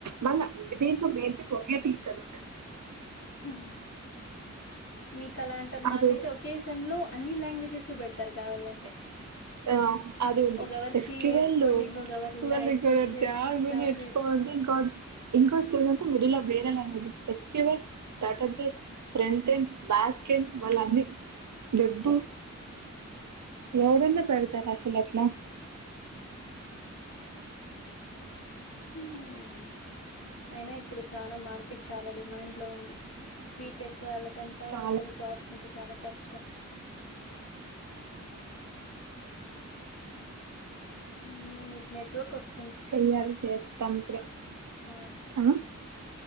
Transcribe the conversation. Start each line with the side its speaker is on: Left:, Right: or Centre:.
Right: మళ దీంట్లో వెంటికీ ఒకే టీచర్ ఉంటరు
Left: హ్ మీకు అలా అంటారు మాకైతే
Right: అది
Left: ఒకే సెమ్ లో అన్ని లాంగ్వేజెస్ పెడతారు కావాలంటే
Right: ఆ అది ఉంది
Left: ఒకవరు
Right: ఎస్
Left: సి
Right: క్యూ్యూ
Left: నేర్చుకోండి
Right: ఎల్
Left: ఇంకొకవరు లా
Right: <unintelligible>
Left: ఇది నేర్చు జావా
Right: నెస్కోకా
Left: నేర్చుకోండి
Right: <unintelligible> ఇంకో తేడా అంటే మిడిల్ లో వేరే languages S Q L database front end back కేడి మళ్ళ అన్ని డబ్బు ఎవడన్నా పెడతార అసలట్లా
Left: హ్మ్ అయినా ఇప్పుడు చాలా మార్కెట్ చాలా డిమాండ్ లో ఉంది బీటెక్ వాళ్ళకంతా
Right: చాలా
Left: ఇప్పుడు జాబ్స్ అంటే చాలా కష్టం మ్ మీకు నెట్వర్క్ వస్తుందా
Right: చెయ్యాలి చేస్తాం కూడా
Left: ఆ
Right: ఆ